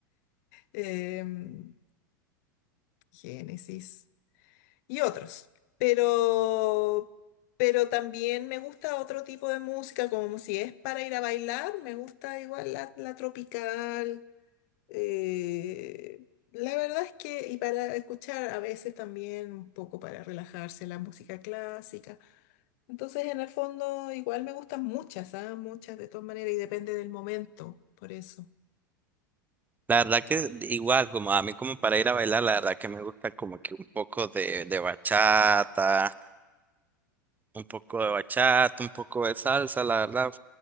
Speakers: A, on the left; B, on the right.
A: <laughs> em, Genesis y otros. Pero, pero también me gusta otro tipo de música, como si es para ir a bailar, me gusta igual la, la tropical, eh, la verdad es que, y para escuchar a veces también un poco para relajarse la música clásica. Entonces, en el fondo, igual me gustan muchas, ¿ah? Muchas de todas maneras, y depende del momento, por eso,
B: La verdad que igual, como a mí como para ir a bailar, la verdad que me gusta como que un poco de, de bachata, un poco de bachata, un poco de salsa, la verdad.